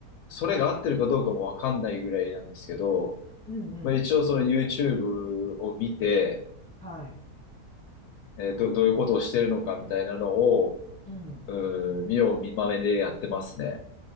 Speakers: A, on the left; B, in the centre.
A: それが合ってるかどうかもわかんないぐらいなんですけど、
B: うんうん。
A: まあ、一応その YouTube を見て、
B: はい。
A: えーど、どういうことをしてるのかみたいなのを、
B: うん。
A: うーん、見よう見まねでやってますね。